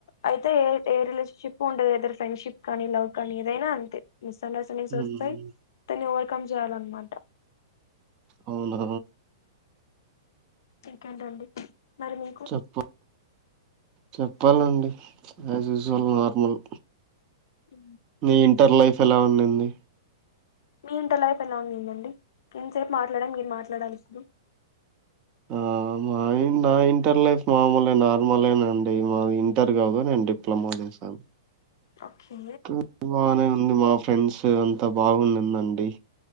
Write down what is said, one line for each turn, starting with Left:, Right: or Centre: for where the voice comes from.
Left: అయి ఏ ఏరిలేషన్ షిప్ ఉండ ఎదుర్ ఫ్రెండ్షిప్ కానీ లవ్ కానీ ఏదైనా అంతే మిస్ అండర్స్టాడింగ్స్
Right: హ్మ్
Left: వస్తాయి తని క్కం చేయాలన్నమాట
Right: అవునా
Left: ఇంకేంటండి మరి మీకు
Right: చెప్ప చెప్పాలండి ఆజ్ యూజువల్ నార్మల్
Left: ఊ
Right: నీ ఇంటర్ లైఫ్ ఎలా ఉండింది
Left: మీ ఇంటర్ లైఫ్ ఎలా ఉందిందండి నీనుయింతసేపు మాట్లాడ మీరు మాట్లాడాల్ ఇప్పుడు
Right: ఆ మా నా ఇంటర్ లైఫ్ మామూలు నార్మలేనండి మా ఇంటర్ కాదు నేను డిప్లొమా చేశాను
Left: ఓకే
Right: <unintelligible> బానే ఉంది మాఫ్ ఫ్రెండ్స్ అంత బాగున్నిందండి.